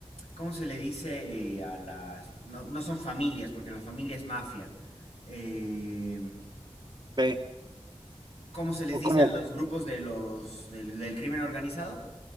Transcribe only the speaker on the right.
Ok.
O
como